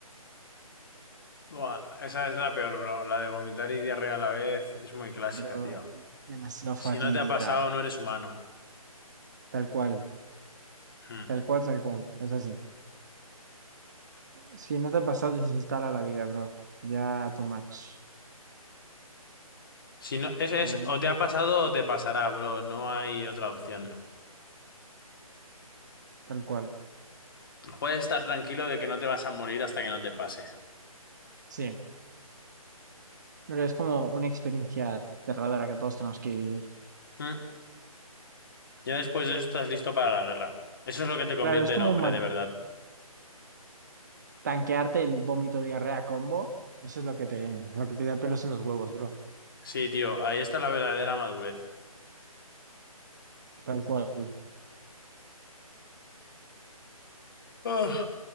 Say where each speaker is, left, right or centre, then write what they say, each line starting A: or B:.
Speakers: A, on the left; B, on the right.
A: Buah, esa es la peor, bro. La de vomitar y diarrea a la vez es muy clásica,
B: Pero
A: tío.
B: demasiado fatídica.
A: Si no te ha pasado, no eres humano.
B: Tal cual,
A: Hmm.
B: tal cual, tal cual. Es así. Si no te ha pasado, desinstala la vida, bro. Ya too much.
A: Si no, es, es
B: A ver,
A: o te ha pasado o te pasará, bro. No hay otra opción.
B: tal cual.
A: Puedes estar tranquilo de que no te vas a morir hasta que no te pase.
B: Sí, pero es como una experiencia aterradora que todos tenemos que vivir.
A: Hmm. Ya después de eso estás listo para la guerra. Eso es lo que te convierte
B: Claro, es como
A: en hombre,
B: mar-
A: de verdad.
B: tanquearte el vómito diarrea combo. Eso es lo que te, lo que te da pelos en los huevos, bro.
A: Sí, tío, ahí está la verdadera madurez.
B: Tal cual.
A: Uf.